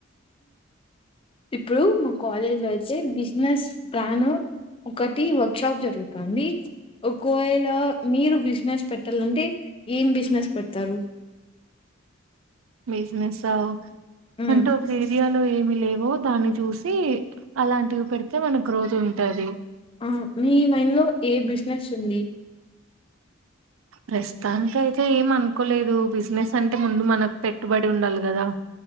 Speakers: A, on the left; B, on the right.
A: ఇప్పుడు మా కాలేజ్ లో అయితే బిజినెస్ ప్లాన్ ఒకటి వర్క్ షాప్ జరుగుతుంది ఒకవేళ మీరు బిజినెస్ పెట్టాలంటే ఏం బిజినెస్ పెడతారు
B: బిజినెస్ ఆ
A: ఉమ్
B: అంటే ఒక ఏరియా లో ఏమి లేవో దాన్ని చూసి అలాంటివి పెడితే మనకు గ్రోత్ ఉంటది
A: ఆ మీ మైండ్ లో ఏ బిజినెస్ ఉంది
B: ప్రస్తుతానికి అయితే ఏం అనుకోలేదు బిజినెస్ అంటే ముందు మనకు పెట్టుబడి ఉండాలి కదా